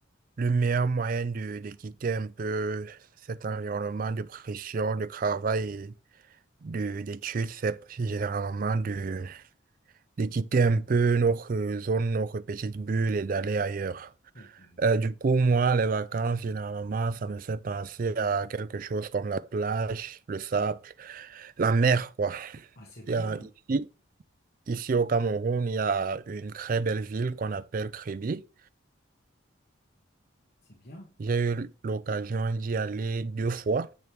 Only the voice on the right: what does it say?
le meilleur moyen de, de quitter un peu cet environnement de pression, de travail et de, d'études, c'est généralement de, de quitter un peu notre zone, notre petite bulle et d'aller ailleurs.
Euh, du coup, moi, les vacances, généralement, ça me fait penser à quelque chose comme la plage, le sable, la mer, quoi.
Euh,
Ici, Ici au Cameroun, il y a une très belle ville qu'on appelle Kribi.
J'ai eu l'occasion d'y aller deux fois.